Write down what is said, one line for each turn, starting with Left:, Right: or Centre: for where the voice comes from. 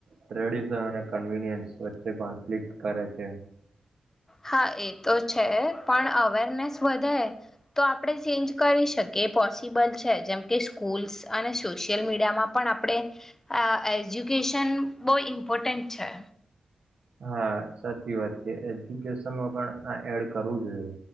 Right: ટ્રેડિશન અને કન્વીનિયન્સ વચ્ચે કોન્ફ્લિક્ટ કરે છે.
Left: હા, એ તો છે, પણ અવેરનેસ વધે તો આપણે ચેન્જ કરી શકીએ, પોસિબલ છે, જેમ કે સ્કૂલ્સ અને સોશિયલ મીડિયામાં પણ આપણે એજ્યુકેશન બહુ ઇમ્પોર્ટન્ટ છે.
Right: હા, સાચી વાત છે. એજ્યુકેસનમાં પણ આ એડ કરવું જોઈએ.